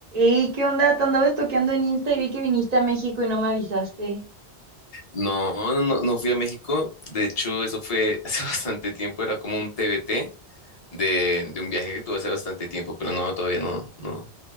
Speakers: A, on the right (about 40°); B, on the left (about 35°).
A: Ey, ¿qué onda? Te andaba estoqueando en Insta y vi que viniste a México y no me avisaste.
B: No, no, no, no fui a México. De hecho, eso fue <laughs> hace bastante tiempo. Era como un TBT de, de un viaje que tuve hace bastante tiempo, pero no, todavía no, no,